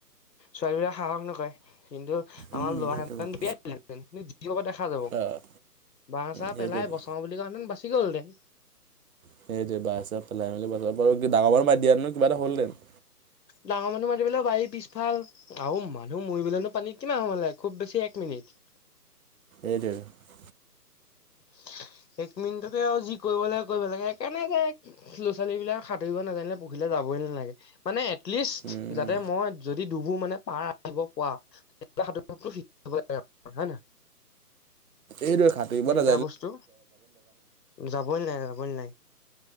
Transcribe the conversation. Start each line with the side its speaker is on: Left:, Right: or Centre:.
Left: ছোৱালী বোৰে সাহস নকৰে কিন্তু
Right: উম,
Left: আমাৰ লৰা
Right: সেইটো
Left: হোৱা হেঁতেন
Right: কাৰণে।
Left: জপিয়াই দিলে হেঁতেন যি হব দেখা যাব
Right: অ'
Left: বাঁহ চাহ
Right: সেইটোৱেতো।
Left: পেলাই বচাওঁ বুলি কওঁহেঁতেন বাচি গল হেঁতেন।
Right: সেইটো বাহঁ চাহ পেলাই মেলি বা ডাঙৰ মানুহ মাতি দিয়া দিয়া হলে কিবা এটা হ'ল হেঁতেন
Left: ডাঙৰ মানুহ মাতিবলে বাৰী পিছফাল আৰু মানুহ মৰিবলে নো পানীত কিমান সময় লাগে খুব বেছি এক মিনিট <inaudible>
Right: এইটোৱেই টো
Left: <unintelligible> এক মিনিটতে আৰু যি কৰিব লাগে কৰিব লাগে সেইকাৰণে ল'ৰা ছোৱালী বিলাকে সাতুৰিব নাজানিলে পুখুৰিলে যাব মানে এটলিষ্ট
Right: উম,
Left: যাতে মই যদি দুবোৰ মানে পাৰ আহিব পোৱা সাধ হয় নহয়
Right: এইদৰে সাতুৰিব না
Left: এয়া বস্তু যাবই নাই যাবই নাই।